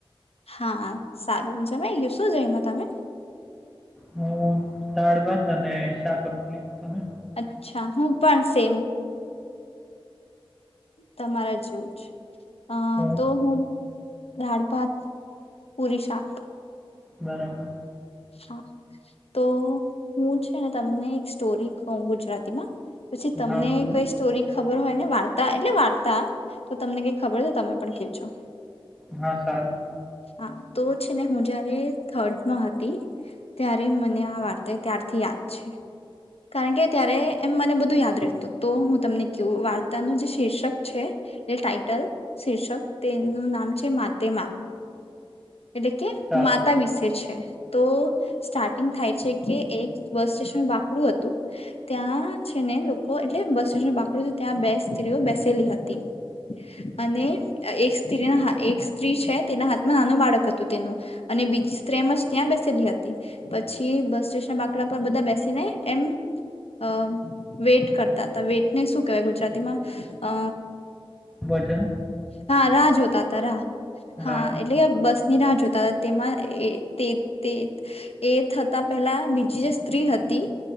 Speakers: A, on the left; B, in the centre.
A: હા સારું જમે ગયું શું જઈમાં તમે
B: હું દાળ ભાત અને શાક રોટલી તમે
A: અચ્છા હું પણ સેમ તમારે જેવું છે. અ
B: શું
A: તો હું દાળ ભાત પુરી શાક
B: બરાબર
A: હા તો હું છે ને તમને એક સ્ટોરી કવ ગુજરાતીમાં પછી તમને
B: હા બોલો
A: કઈ સ્ટોરી ખબર હોય ને વાર્તા એટલે વાર્તા તો તમને કઈ ખબર છ હોય તમે પણ કેજો
B: હા સારું
A: હા તો છેને હું જારે થર્ડમાં હતી ત્યારે મને આ વાર્તા ત્યારથી યાદ છે કારણ કે ત્યારે એમ મને બધું યાદ રહેતું તો હું તમને કેવું વાર્તાનું જે શીર્ષક છે એલે ટાાઈટલ શીર્ષક તેનું નામ છે માતેમા એટલે કે
B: સારું
A: માતા વિશે છે. તો સ્ટાર્ટિંગ થાય છે કે એક બસ સ્ટેશનનું બાકડું હતું ત્યાં છે ને લોકો એટલે બસ સ્ટેશનનું બાકડું હતું ત્યાં બે સ્ત્રીઓ બેસેલી હતી અને એક સ્ત્રી એક સ્ત્રી છે તેના હાથમાં નાનો બાળક હતું તેનું અને બીજી સ્ત્રી એમ જ ત્યાં બેસેલી હતી પછી બસ સ્ટેશન બાકડા પર બધા બેસીને એમ અ વેટ કરતા હતા વેટને શું કેહેવાય ગુજરાતીમાં અ
B: વજન
A: હા રાહ જોતા હતા રાહ હા
B: રાજુતા
A: એટલે બસ નિરાહ જોતા હતા તેમાં એ તે એ થતા પહેલા બીજી જે સ્ત્રી હતી